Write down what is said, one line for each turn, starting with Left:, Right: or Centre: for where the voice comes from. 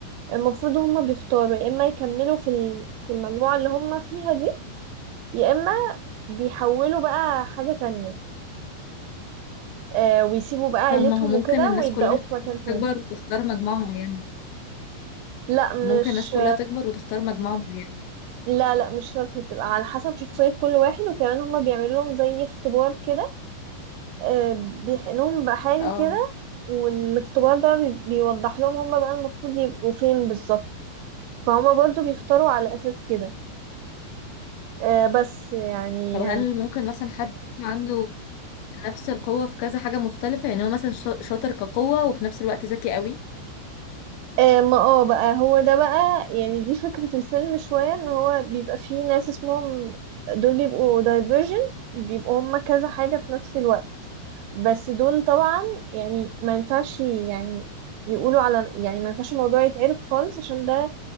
Right: المفروض هما بيختاروا يا اما يكملوا في ال- في المجموعة اللي هما فيها دي يا اما بيحولوا بقى حاجة تانية آه ويسيبوا بقى عيلتهم
Left: طب ما هو ممكن
Right: وكده
Left: الناس
Right: ويبدأوا
Left: كلها
Right: في مكان تاني
Left: تكبر وتختار مجموعة معينة
Right: لا مش
Left: ممكن الناس كلها تكبر وتختار مجموعة معينة
Right: لا لا مش شرط هي بتبقى على حسب شخصية كل واحد وكمان هما بيعملوا لهم زي اختبار كده آه بيحقنوهم بحاجة
Left: اه
Right: كده والاختبار ده بي- بيوضح لهم هما بقى المفروض يبقوا فين بالظبط فهما برضو بيختاروا على أساس كده آه بس يعني
Left: طب هل ممكن مثلا حد يكون عنده نفس القوة في كذا حاجة مختلفة يعني هو مثلا شا- شاطر كقوة وفي نفس الوقت ذكي قوي
Right: آه، ما اه بقى هو ده بقى يعني دي فكرة الفيلم شوية ان هو بيبقى فيه ناس اسمهم دول بيبقوا دايفرجن بيبقوا هما كذا حاجة في نفس الوقت بس دول طبعا يعني ما ينفعش يعني يقولوا على يعني ما ينفعش الموضوع يتعرف خالص عشان ده